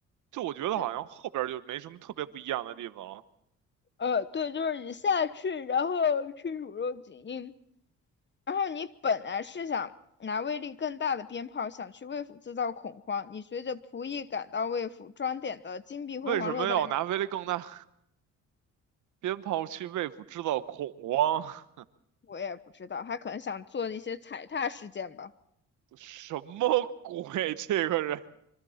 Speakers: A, on the right (about 75°); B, on the left (about 35°).
A: 就我觉得好像后边儿就没什么特别不一样的地方了。
B: 对，呃，对，就是你下去，然后去卤肉锦印，然后你本来是想拿威力更大的鞭炮，想去魏府制造恐慌。你随着仆役赶到魏府，装点的金碧辉煌落袋，
A: 为什么要拿威力更大鞭炮去为府制造恐慌？
B: 我也不知道，他可能想做一些踩踏事件吧。
A: <laughs> 什么鬼？<laughs> 这个人，